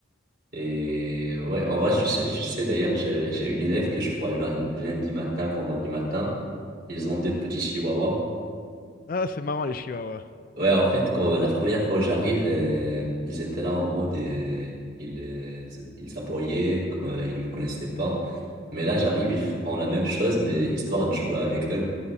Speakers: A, on the right (about 50°); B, on the left (about 45°).
A: Et ouais, en vrai, tu sais, tu sais d'ailleurs, j'ai j'ai une élève que je vois le lun- lundi matin, vendredi matin. Ils ont deux petits chihuahuas.
B: Ah, c'est marrant, les chihuahuas.
A: Ouais, en fait, quand la première fois que j'arrive, euh, ils étaient là en mode, euh, ils, euh, ils s'aboyaient, quoi, ils me connaissaient pas. Mais là, j'arrive, ils font la même chose, mais histoire de jouer avec eux.